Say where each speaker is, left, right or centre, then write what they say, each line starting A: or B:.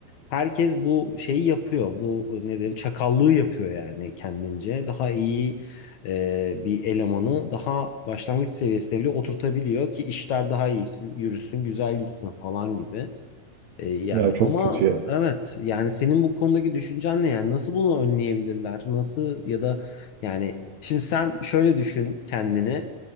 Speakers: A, on the left; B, on the right.
A: herkes bu şeyi yapıyor. Bu ne derim çakallığı yapıyor yani kendince. Daha iyi e, bir elemanı daha başlangıç seviyesine bile oturtabiliyor ki işler daha iyi yürüsün, güzel gitsin falan gibi. E, yani
B: Ya
A: ama
B: çok kötü ya.
A: evet yani senin bu konudaki düşüncen ne yani nasıl bunu önleyebilirler? Nasıl ya da yani şimdi sen şöyle düşün kendini.